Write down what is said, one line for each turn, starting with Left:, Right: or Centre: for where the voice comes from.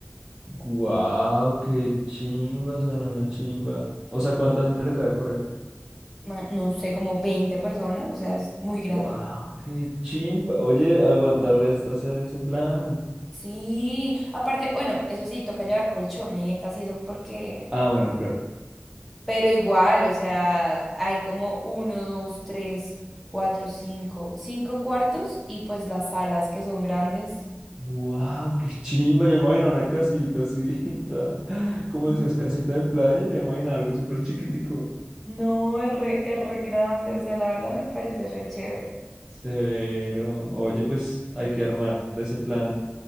Right: guau, qué chimba, suena una chimba. O sea, ¿cuánta gente le cabe por ahí?
Centre: Ma- No sé, como 20 personas, o sea, es muy grande.
Right: Wow, qué chimba. Oye, aguanta resta hacer ese plan.
Centre: Sí, aparte, bueno, eso sí, toca llevar colchonetas y eso porque,
Right: Ah, bueno, claro.
Centre: pero igual, o sea, hay como uno, dos, tres, cuatro, cinco, cinco cuartos y pues las salas que son grandes.
Right: Wow, qué chimba. Yo me imagino una casita así, <laughs> toda- como
Centre: Mm.
Right: decías, casita de playa. Yo me imagino algo súper chiquitico.
Centre: No, es re, es re grande, o sea, la verdad me parece re chévere.
Right: Severo. Oye, pues hay que armar ese plan.